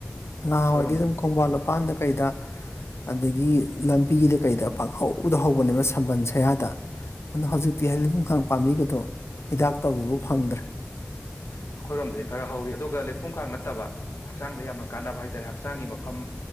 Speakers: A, on the left; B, on the left.
A: ꯅꯍꯥꯋꯥꯏꯗꯤ
B: ꯑꯩꯈꯣꯏꯔꯣꯝꯗ
A: ꯑꯗꯨꯝ ꯈꯣꯡꯕꯥꯜ ꯂꯨꯄꯥꯟꯗ ꯀꯩꯗ ꯑꯗꯒꯤ ꯂꯝꯕꯤꯗ ꯀꯩꯗ ꯄꯪꯍꯧꯗ ꯍꯧꯕꯅꯦꯕ ꯁꯝꯕꯜ ꯁꯌꯥꯗ ꯑꯗꯣ ꯍꯧꯖꯤꯛꯇꯤ ꯂꯩꯕꯨꯡꯈꯥꯡ ꯄꯥꯝꯕꯤꯒꯗꯣ ꯍꯤꯗꯥꯛ ꯇꯧꯒꯦ ꯐꯥꯎ ꯐꯪꯗ꯭ꯔꯦ
B: ꯑꯩꯈꯣꯏꯔꯣꯝꯗꯗꯤ ꯈꯔ ꯍꯧꯔꯤ ꯑꯗꯨꯒ ꯂꯩ ꯄꯨꯡꯈꯥꯡ ꯅꯠꯇꯕ ꯍꯛꯆꯥꯡꯗ ꯌꯥꯝꯅ ꯀꯥꯟꯅꯕ ꯍꯥꯏꯇꯥꯔꯦ ꯍꯛꯆꯥꯡꯒꯤ ꯃꯐꯝ